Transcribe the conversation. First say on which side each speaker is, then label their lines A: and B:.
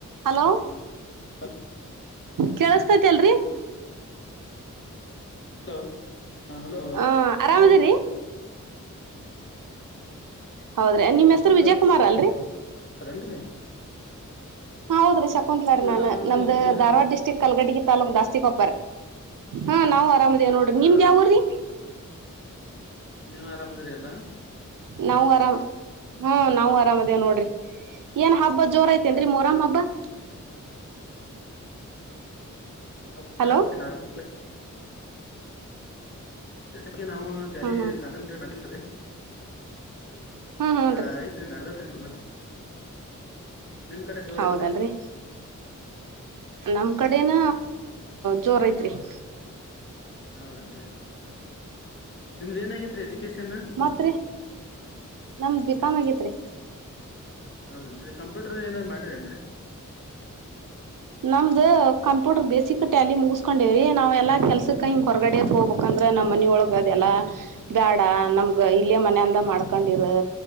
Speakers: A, on the right (about 75°); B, on the left (about 35°).
A: Hello
B: ಹಪ್ಪ
A: ಕೇಳಸ್ತೈತಿ ಅಲ್ರರಿ
B: ಹಲೋ ಹಾಂ ಹಲೋ
A: ಹ ಆರಾಮದಿರಿ
B: ಹೇಳಿ
A: ಹೌದ್ರಿ ನಿಮ್
B: ಶಕುಂತಲೇನು
A: ಹೆಸರು ವಿಜಯ ಕುಮಾರ್ ಅಲ್ರರಿ
B: ರೀ
A: ಹೌದ್ರೀ ಶಕುಂತ್ಲ ರ
B: ಹಾ
A: ನನ್
B: ಆರಾಮದೀವ್ರಿ
A: ನಮ್ದ
B: ನೀವ್ ಆರಾಮ್
A: ಧಾರವಾಡಿಸ್ಟ ಕ್ ಕಲಗಟಿ ತಾಾಲೂಕ್ ದಾಸ್ತಿ ಕೊಪ್ಪಾರ ಹಾ ನಾವು ಆರಾಮ್ೇವ ನೋಡ್ರಿ
B: ಹಾ
A: ನಿಮ್ದ್ ಯಾವಊ್ರೀ
B: ನೀವು ಆರಾಮದಿ್ರ ಎಲ್ಲಾ
A: ನಾವು ಆರಾಮ್ ಹೂ ನಾವು ಆರಾಮ್ದೇವ ನೋಡ್ರಿ ಏನ್ ಹಬ್ಬ ಜೋರ ಐತೆೇನ್ರೀ ಮೊರಾಮ್ ಹಬ್ಬ <inaudible>
B: ಅ
A: ಹಲೋ
B: ನ <inaudible> ಬೆಳ್ಳಿಗೆ ನಾವು ಜಾಸ್ತಿ
A: ಹ್ಮ್ ಹ್ಮ್
B: ಕನ್ಸ ಮಾಡಲ್ರಿ ಹ
A: ಹ್ಮ್ ಹೂನ್ರಿ
B: ಆಯ್ <unintelligible> ತ್ರಿ ನರ್ದತ್ರಿ ನಲ್ಲ ನಿಮ್ ಕಡೆ ಜೋರ
A: ಹೌದಲ್ರಿ
B: ಇಯನ್ರಿ <unintelligible>
A: ನಮ್ ಕಡೆನ ಜೋರ ಐತ್ರಿ <unintelligible>
B: ಹೌದೇನ್ ರೀ ನಿಮ್ದು ಏನಾಗಿತ್ತು ರೀ ಎಜುಕೇಷನ್ <unintelligible>
A: ತ್ರಿ ನಮ್ದ ಬಿಕಾಮ್ ಆಗತ್ ರೀ <unintelligible>
B: ಹೌದೇನ್ರಿ ಕಂಪ್ಯೂಟರ್ ಏನಾರ ಮಾಡಿರಿನ್ರಿ <unintelligible>
A: ನಮ್ದ್ ಕಂಪ್ಯೂಟರ್ ಬೇಸಿಕ್ ಟ್ಯಾಲಿ ಮುಗಿಸಸ್ಕೊಂಡಿವವ್ರೀ ನಾವ್ಲ್ಲ ಕೆಲ್ಸಕ ಹಿಂಗ್ ಹೊರಗಡದ ಹೋಗ್ಬೇಕ <unintelligible> ಯಕಂದ್ರೆ ನಮ್ಮ ಮನ ಒಳಗ ಅದೆಲ್ಲ <unintelligible> ಬ್ಯಾಡ ನಮ್ಗ ಇಲ್ಲೇ ಮನ ಅಂದ ಮಾಡ್ಕೊಂಡಿರ